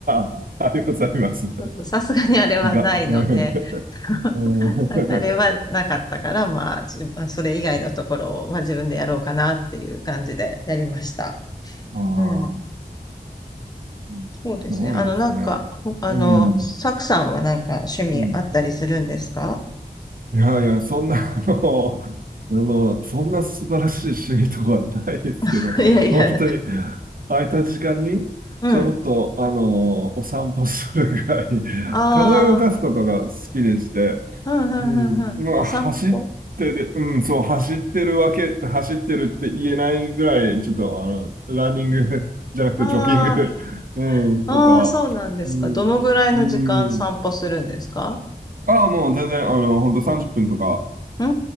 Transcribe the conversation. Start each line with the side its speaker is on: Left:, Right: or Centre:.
Right: ああ、<laughs> あります、あります。
Left: <laughs> さすがにあれはないので、
Right: が、うん、
Left: <laughs>
Right: うん、
Left: ああれはなかったから、まあ、じまあそれ以外のところを、まあ、自分でやろうかなっていう感じでやりました。
Right: ああ、
Left: うん。
Right: うんすごいですね。
Left: そうですね。あの、なんか、ほあの、
Right: うん、
Left: サクさんはなんか趣味あったりするんですか
Right: うん。いやいや、そんな、<laughs> あの、あの、そんな素晴らしい趣味とかはないですけど、
Left: <laughs>
Right: 本当に、
Left: いやいや、
Right: 空いた時間に、
Left: うん。
Right: ちょろっと、あの、お散歩するぐらい、
Left: ああ、
Right: 体を動かすことが好きでして、
Left: うん、うん、
Right: うん。
Left: うん、うん。
Right: まあ、
Left: お散歩
Right: 走ってる、うん、そう、走ってるわけ、走ってるって言えないぐらい、ちょっと、あの、ランニング <laughs> じゃなくて、
Left: あ
Right: ジョギング <laughs> うん、とか、
Left: あ、ああ、そうなんですか。
Right: うん、
Left: どのぐらいの時間散歩するんですか
Right: うん。ああ、もう全然、あの、ほんと30分とか、
Left: うー